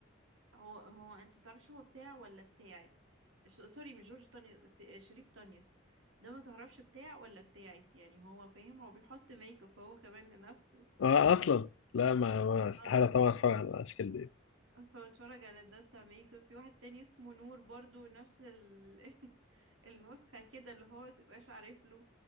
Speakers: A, on the right; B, on the left.
A: هو هو انت تعرفش هو بتاع ولا بتاعت ش- سوري مش جورج تانيوس س- آه، شريف تانيوس ده ما تعرفش بتاع ولا بتاعت يعني هو فاهم هو بيحط ميك اب هو كمان لنفسه
B: آه اصلا لا ما, ما استحالة
A: اه
B: طبعا اتفرج على الاشكال دي
A: فبتفرج على ده بتاع ميك اب في واحد تاني اسمه نور برضو نفس ال... <laughs> النسخة كده اللي هو متبقاش عارف له